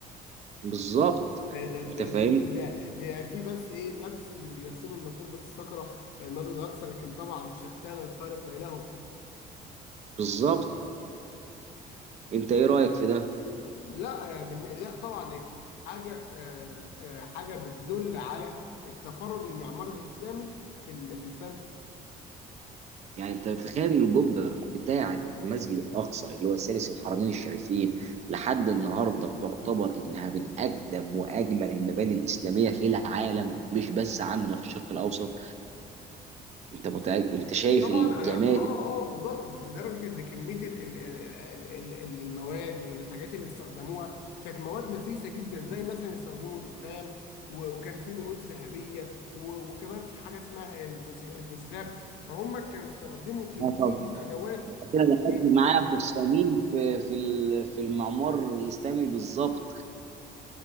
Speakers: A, on the right (about 40°); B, on the left (about 80°).
A: بالظبط
B: إيه ده بيبقى
A: أنت فاهم
B: في بيبقى في بس ايه لبس ان بيحسبوا ان قبه الصخره هي المسجد الاقصى لكن طبعا شتان الفارق بينهم
A: بالظبط أنت إيه رأيك في ده؟
B: لا يا بن- لا طبعا آه، حاجه آه، آه، حاجه بتدل على التفرد المعماري الاسلامي في ال- في الفن
A: يعني انت بتتخيل ان القبه بتاعه المسجد الاقصى اللي هو ثالث الحرمين الشريفين لحد النهارده بتعتبر انها من اقدم واجمل المباني الاسلاميه في العالم مش بس عندنا في الشرق الاوسط انت متأكد انت شايف
B: طبعا
A: الجمال
B: انا اه اه بالظبط لدرجه ان كميه ال- ال- ال- ال- ال- المواد والحاجات اللي استخدموها كانت مواد نفيسه جدا زي مثلا استخدموا الرخام و- وكان في نقوش ذهبيه و- وكمان في حاجه اسمها الفس- الفلسفه فهم كانوا استخدموا كميه
A: اه طبعا
B: ادوات وكميه
A: كده دخلت معايا في الصميم في في ال- في المعمار الاسلامي بالظبط